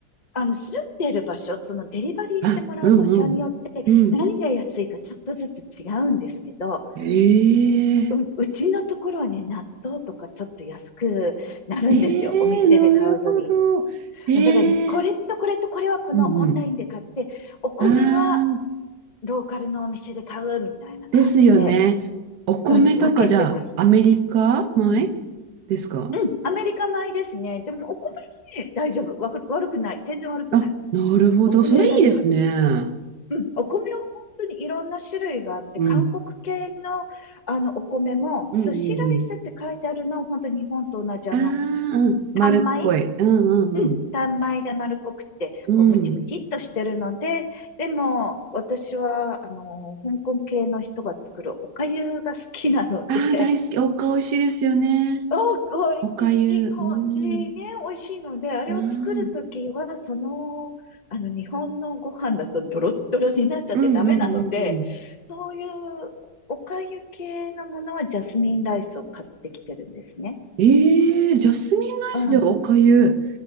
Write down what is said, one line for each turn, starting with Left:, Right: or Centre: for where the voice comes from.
Left: あの、住んでる場所、そのデリバリーしてもらう場所によって何が安いかちょっとずつ違うんですけど、
Right: あ、うん、うん、うん。えー、
Left: う、うちのところはね、納豆とかちょっと安くなるんですよ。
Right: えー、
Left: お店で買うより。
Right: なるほど。えー、
Left: だから、これとこれとこれはこのオンラインで買って、
Right: うん、うん。
Left: お米は
Right: あー、
Left: ローカルのお店で買うみたいな感じで、
Right: ですよね。お米とかじゃあ、
Left: うん、分けてます。
Right: アメリカ米
Left: うん。
Right: ですか
Left: うん、アメリカ米ですね。でも、お米はね、大丈夫。わく悪くない。全然悪くない。
Right: あ、なるほど。
Left: お米は大丈夫。
Right: それいいですね。
Left: うん、お米は本当にいろんな種類があって、
Right: うん、
Left: 韓国系のあのお米も、
Right: うん、
Left: 寿司ライスって書いてあるのは、
Right: うん、うん。
Left: 本当に日本と同じあの、
Right: ああ、うん。丸っこい。
Left: 単米
Right: うんうん
Left: うん、単米で丸っこくって、
Right: うん。
Left: こう、ムチムチっとしてるので、
Right: うん。
Left: でも、私は、あの、香港系の人が作るおかゆが好きなので、
Right: ああ、大好き。おか美味しいですよね。
Left: <laughs>
Right: おかゆ。
Left: お、美味しい感じね、
Right: うん。
Left: 美味しいので、あれを作るときは、
Right: ああ。
Left: その、あの、日本のご飯だとドロッドロになっちゃってダメなので、
Right: うんうんうんうん。
Left: そういうおかゆ系のものはジャスミンライスを買ってきてるんですね。
Right: ええジャスミンライスでおかゆ。
Left: うん。